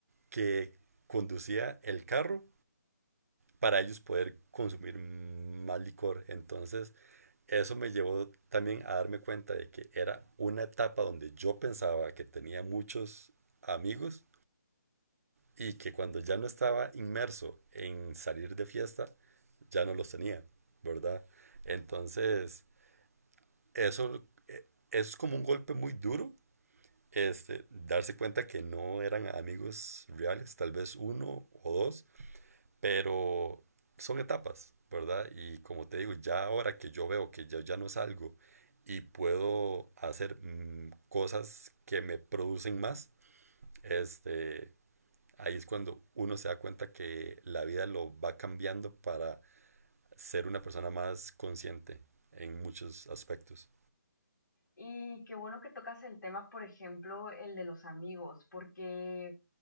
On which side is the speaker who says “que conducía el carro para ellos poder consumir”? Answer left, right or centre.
Right